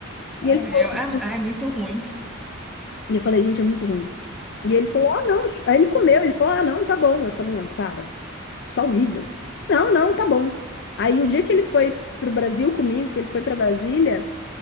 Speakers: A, on the left; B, in the centre.
A: E
B: Ai,
A: ele falou,
B: eu, é, é muito ruim.
A: E eu falei, gente, é muito ruim. E ele falou, ah, não. Aí ele comeu, ele falou, ah, não, tá bom. Eu falei, não, para, isso tá horrível. Não, não, tá bom. Aí o dia que ele foi pro Brasil comigo, que ele foi pra Brasília,